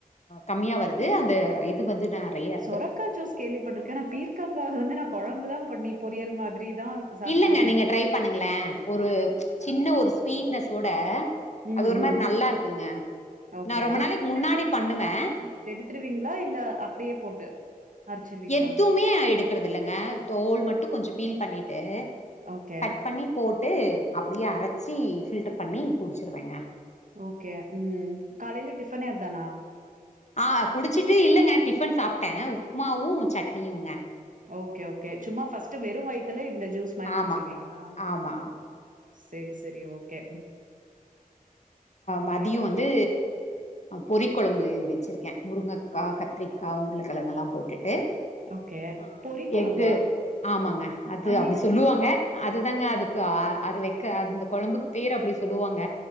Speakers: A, on the left; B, on the right.
A: கம்மியா வருது அந்த இது வந்து நெறைய இருக்கு
B: சொரக்கா ஜுஸ் கேள்விப்பட்டிருக்க ஆனா பீர்க்கங்கா வந்து நா கொழம்பு தா பண்ணி பொறியல் மாதிரி தான் சாப்ட்டுருக்கேன்
A: இல்லங்க நீங்க ட்ரை பண்ணுங்களே ஒரு
B: அப்டியா
A: சின்ன ஒரு ஸ்வீட்னஸ்சோட
B: ம்
A: அது ஒரு
B: ம்
A: மாரி நல்லா இருக்குங்க
B: ஓகே
A: நா ரொம்ப
B: அ
A: நாளைக்கு முன்னாடி
B: கொ
A: பண்ணுவே
B: எடுத்துருவீங்களா இல்ல அப்டியே போட்டு அரைச்சிருவீங்களா?
A: எத்வுமே நா எ கிறது இல்லங்க தோல் மட்டு கொஞ்சோ பீல் பண்ணிட்டு டு
B: ஓகே
A: கட் பண்ணி போட்டு அப்பிடியே அரச்சு ஃபில்டர் பண்ணி குடிச்சிருவேங்க
B: ஓகே உம் காலில டிஃபன்யே அதானா
A: ஆஹ் குடிச்சிட்டு இல்லங்க டிஃபன் சாப்பிட்டே உப்மாவு சட்னியும்ங்க
B: ஓகே ஓகே சும்மா ஃபர்ஸ்ட் வெறு வயித்துல இந்த ஜூஸ் மாரி குடிச்சிருவீங்களா
A: ஆமா ஆமா
B: செரி செரி ஓ கே ஓகே,
A: மதியம் வந்து பொறி கொழம்பு வெச்சுருக்கே முருங்கக்கா கத்திரிக்கா உருளக்கெழங்குலா போட்டுட்டு
B: ஓகே.
A: ஆஹ்
B: பொறி குழம்பா?
A: எஃகு ஆமாங்க அது
B: அப்டின்னா?
A: அப்டி சொல்லுவாங்க அதுதாங்க
B: ஓகே.
A: அதுக்கு அது வைக்க அது இந்த கொழம்புக்கு பேர் அப்டி சொல்லுவாங்க